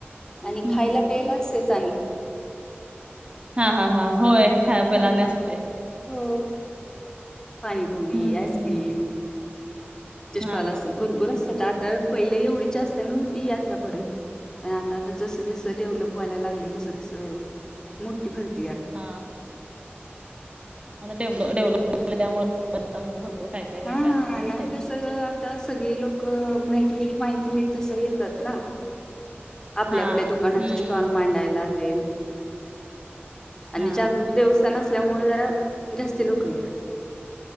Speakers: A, on the left; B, on the right.
A: आणि
B: हम्म
A: खायला प्यायला असेच आणि
B: हा हा हा होय खाय
A: हम्म
B: पला नसते
A: हो पाणीपुरी
B: हम्म
A: आईस्क्रीम
B: हम्म हम्म.
A: स्टॉल
B: हा
A: असत भरपूर असतात आता पहिल्या एवढी ज असतना होती यात्रा भरत पण आता आता जसं जसं डेव्हलप व्हायला लागले तस तसं मोठी भरती
B: हा आताडेवल डेव्हलप झा त्यामुळे आता मग भरपूर काय काय काय
A: हा
B: काय असते
A: आणि
B: ना ते
A: कसं आता सगळे लोक माहिती होईल माहिती होईल तसं येतात ना आपल्या
B: हा
A: आपल्या
B: हम्म
A: दुकानाचे स्टॉल मांडायला ते आणि
B: हा
A: जागरूक देवस् नसल्यामुळे जरा जास्त लोक येतात